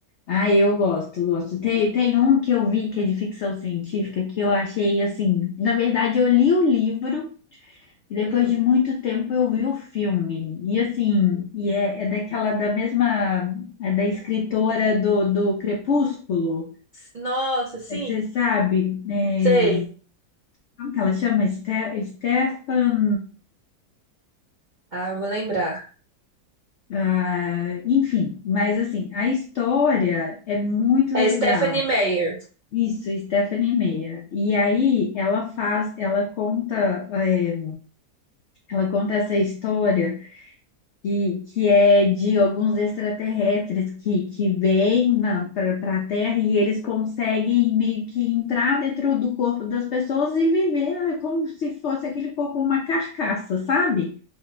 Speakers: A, on the left; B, on the right.
A: Ah, eu gosto, gosto. Tem, tem um que eu vi que é de ficção científica que eu achei assim. Na verdade, eu li o livro e depois
B: Hum.
A: de muito tempo eu vi o filme. E assim, e é, é daquela da mesma, é da escritora do, do Crepúsculo.
B: Nossa, sim,
A: É, Você sabe, né?
B: sei.
A: Como que ela chama? Ste- Stefan.
B: Ah, eu vou lembrar.
A: ah, enfim, mas assim, a história é muito
B: É
A: legal.
B: Stephanie Meyer.
A: Isso, Stephanie Meyer. E aí ela faz, ela conta, eh, ela conta essa história que, que é de alguns extraterrestres que, que vêm para a Terra e eles conseguem meio que entrar dentro do corpo das pessoas e viver ah, como se fosse aquele corpo uma carcaça, sabe?